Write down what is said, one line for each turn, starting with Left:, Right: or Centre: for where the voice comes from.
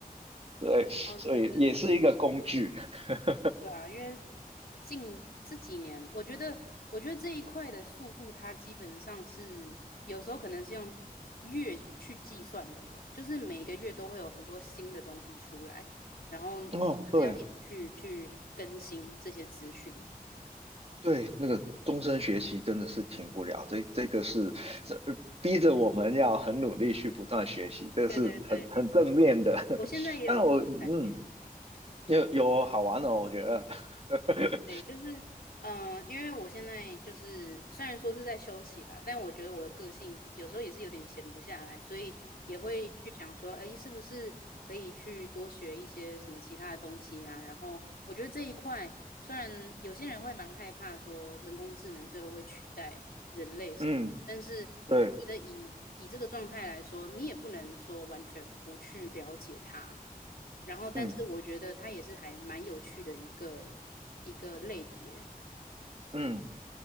Right: 对，所以也是一个工具。
Left: 然后这是很方便。
Right: <laughs>
Left: 对啊，因为近这几年，我觉得，我觉得这一块的速度，它基本上是有时候可能是用月去计算的了，就是每个月都会有很多新的东西出来，然后就是要一直去去更新这些资讯。
Right: 哦，对对，那个终身学习真的是停不了，这这个是这逼着我们要很努力去不断学习，这是很很正面的。
Left: 对对对，没错，
Right: <laughs>
Left: 我现在也有这种。
Right: 但我嗯，
Left: 感。
Right: 有有好玩的哦，我觉得，<laughs>
Left: 对，就是嗯、呃因为我现在就是虽然说是在休息啦，但我觉得我的个性有时候也是有点闲不下来，所以也会去想说，哎，是不是可以去多学一些什么其他的东西啊？然后我觉得这一块，虽然有些人会蛮害怕说人工智能最后会取代人类什么。
Right: 嗯。
Left: 但是我觉得以以这个状态来说，
Right: 对，
Left: 你也不能说完全不去了解它。然后，但是我觉得它也是还蛮有趣的一个一个类别。
Right: 嗯嗯，